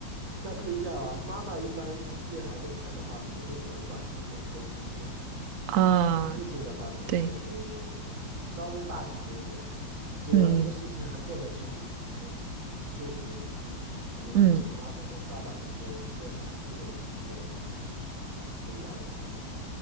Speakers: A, on the right (about 40°); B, on the right (about 85°).
A: 但不一样啊。妈妈一般对孩子看的话，可能会喜欢抓细节、抠细节。
B: 啊，
A: 父亲的话，可能就是稍微大条一点，
B: 对，
A: 只要这个事情还过得去，
B: 嗯
A: 哎就行。可能这是妈妈跟爸爸之间对孩子的一些
B: 嗯
A: 呃不一样的地方。